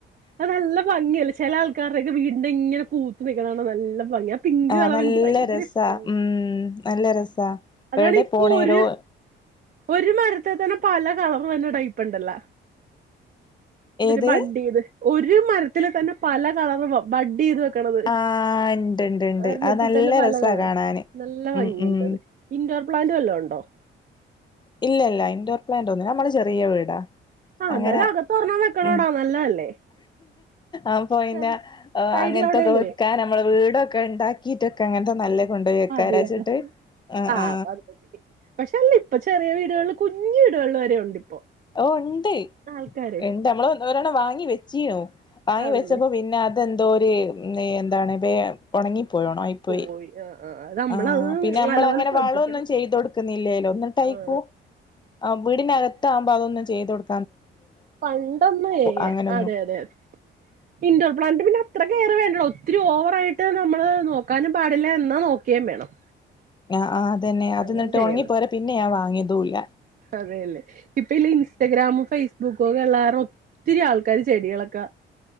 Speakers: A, on the right; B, on the left.
A: അ നല്ല ഭംഗിയല്ല ചില ആൾക്കാരുടെൊക്കെ വീട് എെങ്ങനെ പൂത്ത് നക്കണാണോ നല്ല ഭ പിങ്ക്
B: ആ
A: കളർ
B: നല്ല
A: എനിക്ക് ഭയങ്കര
B: രസാ
A: ഇഷ്ടന്ന്
B: ഉം നല്ല രസാ
A: അതാണ്
B: എവിടെ
A: ഇപ്പൊ
B: പോണേരോ
A: ഒരു ഒരു മരത്തെ തന്നെ പല കളർ തന്നെ വരുന്ന കളർടൈപ്പുണ്ടല്ല മറ്റേ
B: ഏത്
A: ബഡ്ഡി ചെയ്ത് ഒരു മരത്തില് തന്നെ പല കളർ ബഡ്ഡി ചെയ്ത് ത്
B: ആഹ് ഇണ്ട് ഇണ്ട് ഇണ്ട്
A: ഒരെണ്ണത്തി
B: അത് നല്ല
A: തന്നെ പല
B: രസാ
A: കളർ
B: കാണാന്
A: നല്ല ഭംഗിയണ്ടത്
B: ഉം ഉം
A: ഇൻഡോർ പ്ലാന്റ വല്ലോ ഉണ്ടോ
B: ഇല്ല ഇല്ല ഇൻഡോർ പ്ലാന്റ് ഒന്നില്ല നമ്മള് ചെറിയ വീടാ
A: ആ
B: അങ്ങനെ
A: എന്നാലും അകത്ത് ഒരെഞ്ഞാൻ വെക്കണോടാ
B: ഉം
A: നല്ലതല്ലേ
B: അപ്പൊ പിന്നെ
A: ചെറ് സൈഡിലെവിടേലുവേ
B: അങ്ങനത്തൊക്കെ വെക്കാൻ നമ്മള് വീടൊക്കെ ഉണ്ടാക്കീട്ടൊ ക്കെഅങ്ങനത്തെ നല്ല കൊണ്ടുപോയി വെക്കാരാച്ചിട്ട്
A: മതിയെന്ന്
B: ആ
A: ആഹ്
B: ആ
A: അപ്പൊ അത് മതി പക്ഷെ അല്ല ഇപ്പൊ ചെറിയ വീടുകളില് കുഞ്ഞു വീടുകളില് വരെയുണ്ട് ഇപ്പോ.
B: ഓ ഉണ്ട്
A: ആൾക്കാര്
B: ഉണ്ട് നമ്മള് ഒരുതവണ വാങ്ങി വെച്ചീനു വാങ്ങി
A: ആണല്ലേ
B: വെച്ചപ്പോ പിന്നെ അതെന്തോ ഒരു എന്താണ് എപ്പേ ഉണങ്ങി പോയോണായിപ്പോയി.
A: പോയി ആഹ് ആഹ് അത് നമ്മളത്
B: ആ പിന്നെ നമ്മള്
A: നല്ലപോലെ
B: അങ്ങനെ
A: ശ്രദ്ധിക്കണം
B: വളൊന്നും ചെയ്തുകൊടുക്കുന്നില്ലേലോ. ഒന്നിട്ടയിക്കൂ
A: ആഹ്
B: ആ വീടിനകത്താകുമ്പോ അതൊന്നും ചെയ്തു കൊടു
A: പണ്ട് ഒന്നുവേ
B: അങ്ങനൊന്നും
A: അതെ അതെ അതെ. ഇൻ്റോർപ്ലാന്റ് പിന്നെ അത്ര കെയറ് വേണ്ടടോ. ഒത്തിരി ഓവറായിട്ട് നമ്മള് നോക്കാനും പാടില്ല എന്നാ നോ ക്കേം വേണം.
B: ആ ആ അതന്നെ അതന്നിട്ട്
A: അങ്ങനെ ചെയ്യണം
B: ഉണങ്ങിപ്പോയര. പിന്നെ ഞാൻ വാങ്ങിയതുംല്ല.
A: അതെല്ലേ ഇപ്പൊ ഇല്ല ഇൻസ്റ്റാഗ്രാമും ഫേസ്ബുക്കും ഒക്കെ ഒള്ള കാരണം ഒത്തിരി ആൾക്കാര് ചെടികളൊക്കെ